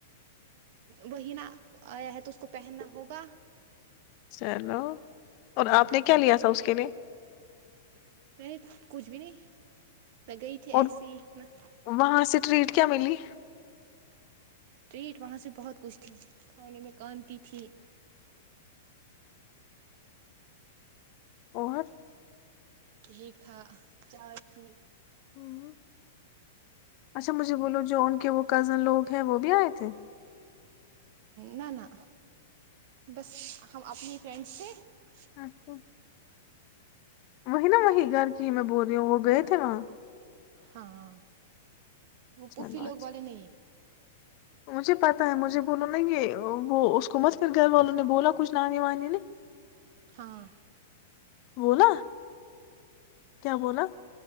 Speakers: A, on the right; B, on the left.
A: وہی نہ آیا ہے تو اس کو پہننا ہوگا
B: چلو اور
A: ہ
B: آپ نے کیا لیا تھا اس کے لیے <unintelligible>
A: میں نے کچھ بھی نہیں میں گئی تھی
B: اور
A: ایس میں
B: وہاں سے ٹریٹ کیا ملی <unintelligible>
A: ٹریٹ وہاں سے بہت کچھ تھی کھانے میں کانتی تھی
B: اور <unintelligible>
A: ٹھیک تھا <unintelligible> چار ت <unintelligible>
B: ہوں، اچھا مجھے بولو جو ان کے وہ کزن لوگ ہیں وہ بھی آئے تھے
A: نہ نہ بس ہم اپنی فرینڈ سے <unintelligible>
B: اچا وہی نا وہی گھر جی میں بول رہی ہوں وہ گئے تھے وہاں
A: ہاں وہ
B: چلوچا
A: پوفی لوگ والے نہیں
B: مجھے پتا ہے مجھے بولو ے وہ اس کو مت پھر گھر والوں نے بولا کچھ نانانی وانی نے
A: ہاں
B: بولا کیا بولا